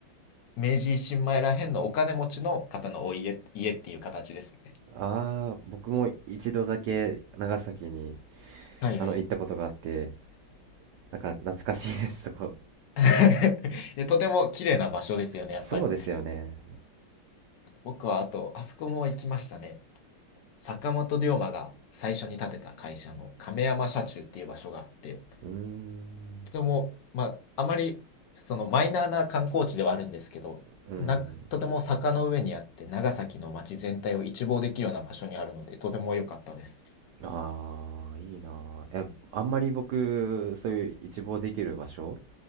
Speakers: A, on the left; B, on the right.
A: 明治維新前らへんのお金持ちの方のお家、家っていう形ですね。
B: あ、ああ、僕も一度だけ長崎に、
A: はいはい。
B: あの、行ったことがあって、なんか懐かしいです、そこ。
A: <laughs> で、とても綺麗な場所ですよね、
B: そうですよね。
A: やっぱり。僕はあと、あそこも行きましたね。坂本龍馬が最初に建てた会社の亀山社中っていう場所があって、
B: うーん、
A: とても、まあ、あまりそのマイナーな観光地ではあるんですけど、
B: うん。
A: な、とても坂の上にあって、長崎の街全体を一望できるような場所にあるので、とても良かったですね。
B: ああ、いいなあ。え、あんまり僕、そういう一望できる場所